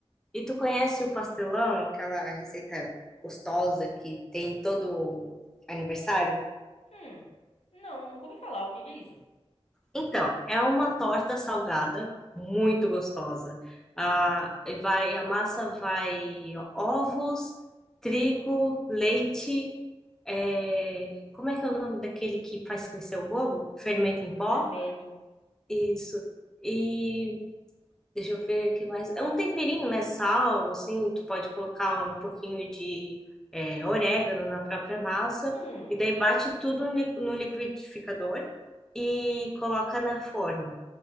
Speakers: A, in the centre; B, on the left (about 75°).
A: E tu conhece o pastelão, aquela receita gostosa que tem todo aniversário?
B: Hum. Não, nunca ouvi falar. O que que é isso?
A: Então, é uma torta salgada muito gostosa.
B: Hum.
A: Ah, e vai, a massa vai ovos, trigo, leite. é, Como é que é o nome daquele que faz crescer o bolo? Fermento em pó?
B: Fermento.
A: Isso. E deixa eu ver o que mais. É um temperinho, né? Sal, assim, tu pode colocar um pouquinho de é, orégano na própria massa,
B: Hum.
A: e daí bate tudo ni- no liquidificador e coloca na forma.